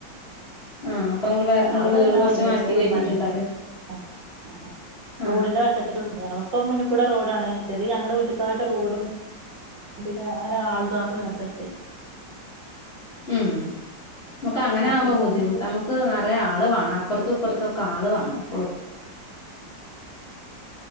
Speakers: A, on the left (about 45°); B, on the right (about 70°).
A: ആഹ് അപ്പോ ഇങ്ങള് വേ ഇങ്ങട്ട്
B: അവിടെ
A: വീട്
B: ഒന്നാവ
A: കൊറച്ച്
B: എന്തൊക്കൊ
A: മാറ്റി
B: ഒര്
A: കേറ്റിട്ടുണ്ടാവുല്ലേ
B: മനസ്സ് ആഹ് ആഹ് <unintelligible>
A: ആഹ്
B: <unintelligible> ഇപ്പം മുന്നുക്കൂടെ റോഡാണ് മറ്റേത് ഞങ്ങളെ വീട്ട്ക്കായിട്ട് റോഡും പിന്നെ അങ്ങനെ ആള് താമസ <unintelligible> സ്ഥലത്തെ
A: ഉം നമ്മക്ക് അങ്ങനെ
B: അപ്പൊ
A: ആവുമ്പോ
B: പിന്നെ
A: ബുദ്ധിമുട്ടാ
B: ഞങ്ങൾക്ക്
A: നമ്മക്ക് ക്ക് നെറയെ ആള് വേണം അപ്പർത്തു ഇപ്പർത്തൊക്കെ ആള് വേണം എപ്പളും